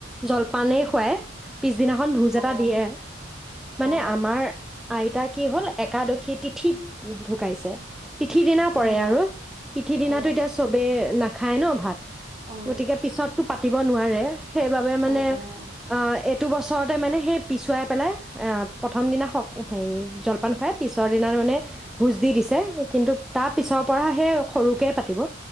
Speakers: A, in the centre; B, on the right.
A: জলপানেই খুৱাই, পিছদিনাখন ভোজ এটা
B: অ
A: দিয়ে। মানে
B: অ
A: আমাৰ আইতা কি হ'ল, একাদশী তিথিত ঢুকাইছে। তিথিৰ দিনা পৰে
B: উম
A: আৰু। তিথি
B: উম
A: দিনাট এতিয়া চবে না খায় ন ভাত।
B: উম
A: গতিকে পিছত টো পাতিব নোৱাৰে, সেইবাবে মানে
B: উম উম
A: অ এ এইটো বছৰতে মানে সেই পিছুৱাই পেলাই প্ৰথম দিনা হে জলপান খুৱাই, পিছৰ দিনা মানে ভোজ দি দিছে। কিন্তু তাৰ পিছৰ পৰা সেই সৰুকৈ পাতিব।